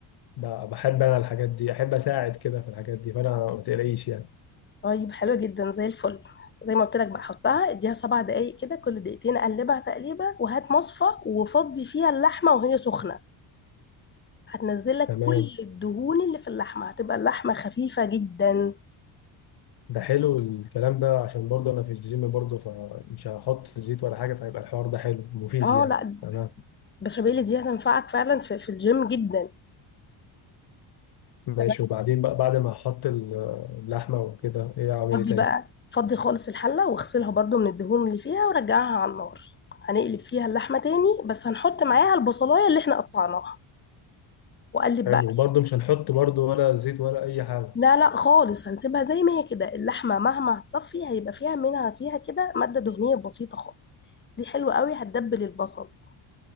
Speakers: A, on the left (about 50°); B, on the left (about 20°).
A: ب- بحب انا الحاجات دي احب اساعد كده في الحاجات دي فانا ما تقلقيش يعني
B: طيب حلوه جدا زي الفل زي ما قلت لك بقى حطها اديها سبع دقايق كده كل دقيقتين قلبها تقليبه وهات مصفى وفضي فيها اللحمه وهي سخنه هتنزل لك
A: تمام
B: كل الدهون اللي في اللحمه هتبقى اللحمه خفيفه جدا
A: ده حلو الكلام ده عشان برضه انا في الجيم برضه فمش هحط زيت ولا حاجه فهيبقى الحوار ده حلو مفيد
B: اه
A: يعني
B: لا
A: تمام
B: البشاميل دي هتنفعك فعلا في, في الجيم جدا
A: ماشي
B: تمام
A: وبعدين بقى بعد ما احط ال- اللحمه وكده ايه اعمل
B: فضي
A: ايه تاني
B: بقى فضي خالص الحله واغسلها برضو من الدهون اللي فيها ورجعها على النار هنقلب فيها اللحمه تاني بس هنحط معاها البصلايه اللي احنا قطعناها وقلب
A: حلو
B: بقى
A: وبرضه مش هنحط برضه ولا زيت ولا اي حاجه
B: لا لا خالص هنسيبها زي ما هي كده اللحمه مهما هتصفي هيبقى فيها منها فيها كده ماده دهنيه بسيطه خالص دي حلوه قوي هتدبل البصل